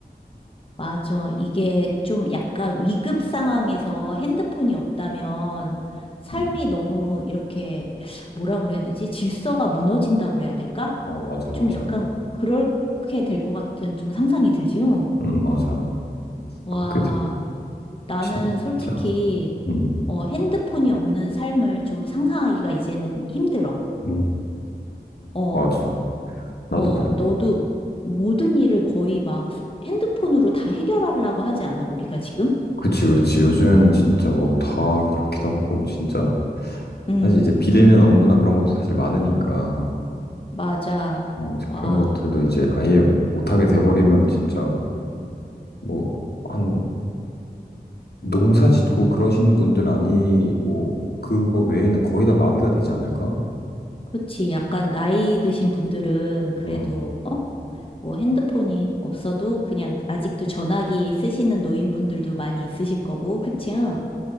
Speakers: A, on the left; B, on the left.
A: 맞아. 이게 좀 약간 위급 상황에서 핸드폰이 없다면 삶이
B: 음.
A: 너무 이렇게, 뭐라 그래야 되지? 질서가 무너진다고 그래야 될까?
B: 어, 맞아, 맞아.
A: 좀 약간 그렇게 될 것 같은 좀 상상이 들지, 응?
B: 음, 맞아.
A: 와,
B: 그게 다-
A: 나는
B: 진짜.
A: 솔직히,
B: 음,
A: 어, 핸드폰이 없는 삶을 좀 상상하기가 이제는 힘들어.
B: 음,
A: 어.
B: 맞아. 나도
A: 어,
B: 그래.
A: 너도 모든 일을 거의 막 핸드폰으로 다 해결하려고 하지 않아, 우리가 지금?
B: 그치, 그치. 요즘 진짜 뭐 다 그렇기도 하고, 진짜.
A: 응,
B: 사실 이제 비대면 업무나 그런 것도 사실 많으니까,
A: 맞아.
B: 어, 이제
A: 와,
B: 그런 것들도 이제 아예 못하게 돼버리면 진짜 뭐, 한 농사 짓고 그러신 분들 아니고, 그거 외에는 거의 다 마비가 되지 않을까?
A: 그치. 약간 나이 드신 분들은 그래도,
B: 어.
A: 어? 뭐 핸드폰이 없어도 그냥 아직도 전화기 쓰시는 노인분들도 많이 있으실 거고, 그치? 응?